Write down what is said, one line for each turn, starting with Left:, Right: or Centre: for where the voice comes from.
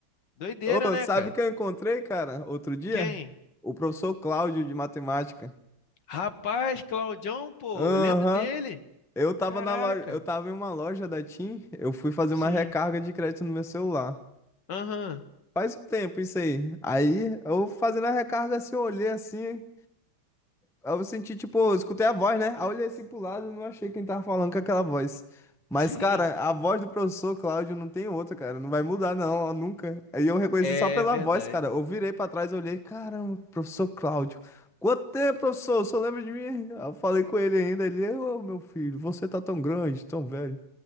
Left: Doideira,
Centre: Ô,
Left: né,
Centre: sabe
Left: cara?
Centre: o que eu encontrei, cara, outro dia?
Left: Quem?
Centre: O professor Cláudio de matemática.
Left: Rapaz, Claudião, pô,
Centre: Aham.
Left: eu lembro dele.
Centre: Eu tava
Left: Caraca,
Centre: na loja, eu tava em uma loja da TIM, eu fui fazer
Left: sim,
Centre: uma recarga de crédito no meu celular.
Left: aham,
Centre: Faz um tempo isso aí. Aí eu fazendo a recarga assim, eu olhei assim, Aí eu senti, tipo, eu escutei a voz, né? Aí eu olhei assim pro lado e não achei quem tava falando com aquela voz. Mas,
Left: sim,
Centre: cara, a voz do professor Cláudio não tem outra, cara. Não vai mudar, não, ó, nunca. Aí eu reconheci
Left: é
Centre: só pela
Left: verdade,
Centre: voz, cara. Eu virei pra trás, olhei, caramba, professor Cláudio. Quanto tempo, professor? O senhor lembra de mim? Aí eu falei com ele ainda. Ele, ô, meu filho, você tá tão grande, tão velho.